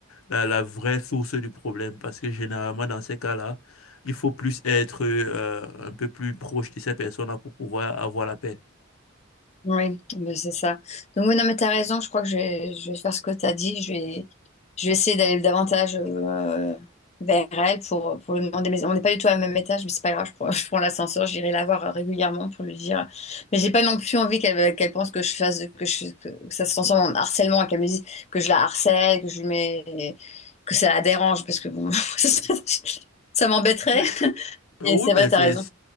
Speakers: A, on the left; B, on the left.
A: la, la vraie source du problème. Parce que généralement, dans ces cas-là, il faut plus être euh, un peu plus proche de ces personnes-là pour pouvoir avoir la paix.
B: ouais, ben, c'est ça. Donc, oui, non, mais t'as raison, je crois que je vais, je vais faire ce que t'as dit. Je vais, je vais essayer d'aller davantage euh, vers elle pour, pour lui demander. Mais on n'est pas du tout à même étage, mais c'est pas grave, je prends, je prends l'ascenseur, j'irai la voir euh, régulièrement pour lui dire. Mais j'ai pas non plus envie qu'elle euh, qu'elle pense que je fasse, que, je, que ça se transforme en harcèlement et qu'elle me dise que je la harcèle, que je lui mets, que ça la dérange, parce que bon, <laughs> ça m'embêterait.
A: Mais Euh,
B: Et
A: oui,
B: c'est
A: mais
B: vrai,
A: c'est
B: t'as raison.